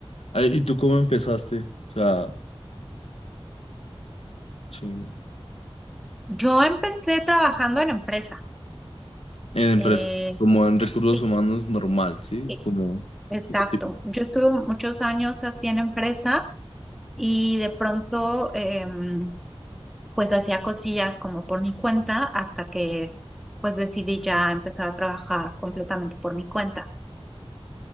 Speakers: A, on the left; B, in the centre.
A: Ah, ¿Y tú cómo empezaste? O sea, sí, en
B: Yo empecé trabajando en empresa.
A: empresa,
B: eh,
A: como en recursos
B: sí,
A: humanos normal, ¿sí?
B: sí,
A: Como
B: exacto.
A: lo típico.
B: Yo estuve muchos años así en empresa y de pronto... em, pues hacía cosillas como por mi cuenta hasta que pues decidí ya empezar a trabajar completamente por mi cuenta.